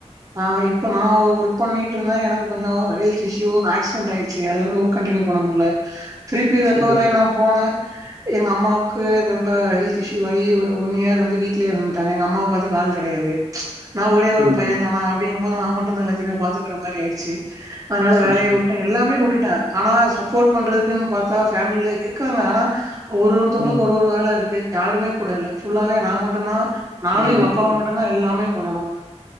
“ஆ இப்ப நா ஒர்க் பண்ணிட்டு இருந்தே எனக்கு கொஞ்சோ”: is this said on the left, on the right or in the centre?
Right